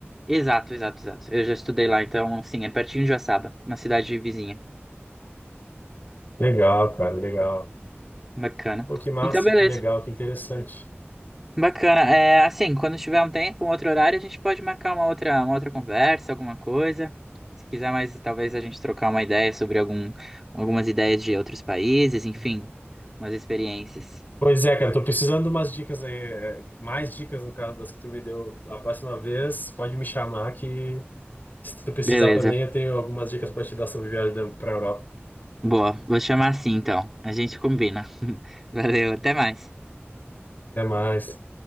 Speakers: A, in the centre; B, on the left.
A: Exato, exato, exato. Eu já estudei lá, então, assim, é pertinho de Joaçaba, uma cidade vizinha.
B: Legal, cara, legal.
A: Bacana.
B: Pô, que massa,
A: Então, beleza.
B: que legal, que interessante.
A: Bacana. É, assim, quando tiver um tempo, um outro horário, a gente pode marcar uma outra, uma outra conversa, alguma coisa. Se quiser mais, talvez a gente trocar uma ideia sobre algum, algumas ideias de outros países, enfim, umas experiências.
B: Pois é, cara, tô precisando de umas dicas aí, é, mais dicas no caso das que tu me deu a próxima vez, pode me chamar que se tu precisar
A: Beleza.
B: também eu tenho algumas dicas para te dar sobre viagem para Europa.
A: Boa. Vou chamar assim, então. A gente combina. <laughs> Valeu, até mais.
B: Até mais.